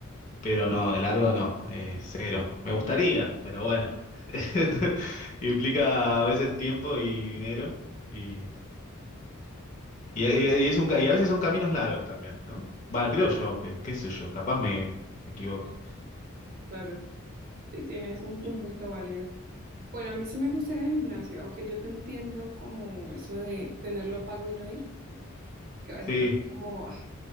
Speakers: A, on the left; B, on the right.
A: pero no, el largo no, eh, cero. Me gustaría, pero bueno, <laughs> implica a veces tiempo y dinero, y Y, y- y es un, ca- y a veces son caminos largos también, ¿no? Bueno, creo yo, que, qué sé yo, capaz me, me equivoque.
B: Claro, sí tienes un,
A: Y-
B: un punto válido. Bueno, a mí sí me gusta ir al gimnasio, aunque yo te entiendo como eso de tenerlo pago y no ir, que a veces
A: Sí.
B: da como, ah,